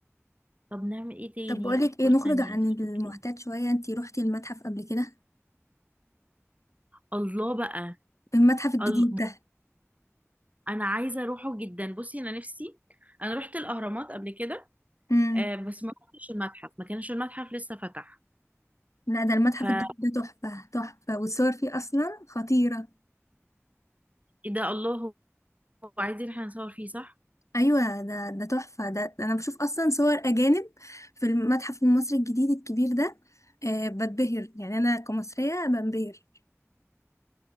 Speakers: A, on the right; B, on the left.
A: طب نعمل ايه تاني
B: طب بقولك
A: افكار
B: ايه نخرج
A: تانية
B: عن
A: تفتكري
B: المعتاد شويه انتي روحتي المتحف قبل كده
A: الله بقى
B: المتحف الجديد
A: ال...
B: ده
A: انا عايزة اروحه جدا بصي انا نفسي انا رحت الاهرامات قبل كده
B: امم
A: آه بس ما رحتش المتحف ما كانش المتحف لسه فتح
B: لا ده المتحف
A: فايه
B: الجديد ده تحفه تحفه والصور فيه اصلا خطيره
A: ده الله هو هو عايزين احنا نصور فيه صح
B: ايوه ده ده تحفه ده ده انا بشوف اصلا صور اجانب في المتحف المصري الجديد الكبير ده أه بتبهر يعني انا كمصريه بنبهر